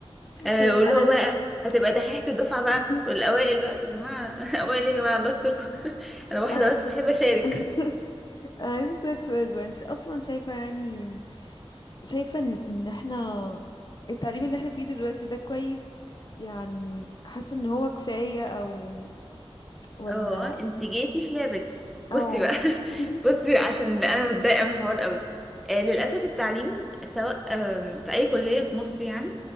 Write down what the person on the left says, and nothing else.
طب انا
عايزة
<laughs>
انا
<laughs> انا عايزة اسألك سؤال بقى انت اصلا شايفة يعني شايفة ان إن احنا التعليم اللي احنا فيه دلوقتي ده كويس يعني حاسة ان هو كفاية او ولا
او
<laughs>